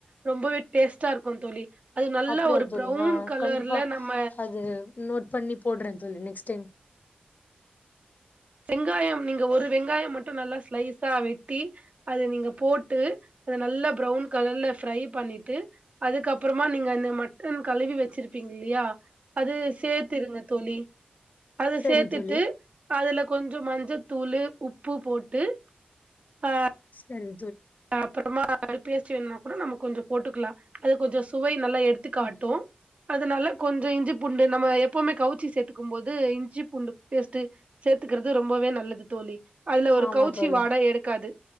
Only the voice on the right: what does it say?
ரொம்பவே டேஸ்டா இருக்கு தோழி அது நல்லா
ஒரு
ப்ரௌன்
கலர்ல
நம்ம
வெங்காயம் நீங்க ஒரு வெங்காயம் மட்டு நல்லா ஸ்லைஸா வெட்டி அது நீங்க போட்டு நல்லா ப்ரவுன் கலர்ல ஃப்ரை பண்ணிட்டு அதுக்கப்றமா நீங்க அந்த மட்டன் கழுவி வச்சிருப்பீங்க இல்லியா அது சேத்துருங்க தோழி அது
சேத்துட்டு
அதுல கொஞ்சோ மஞ்சத்தூளு உப்பு போட்டு அ
அப்றமா பேஸ்ட் வேனும்னா கூட நம்ம கொஞ்ச போட்டுக்லா அது கொஞ்சோ சுவை நல்லா எடுத்து காட்டு
அதனால கொஞ்சோ இஞ்சி பூண்டு நம்ம எப் போமே கவிச்சி சேத்துக்கு போது இஞ்சி பூண்டு பேஸ்ட்டு சேத்துக்கிறது ரொம்பவே நல்லது தோழி அதுல ஒரு
கௌச்சி
வாட எடுக்காது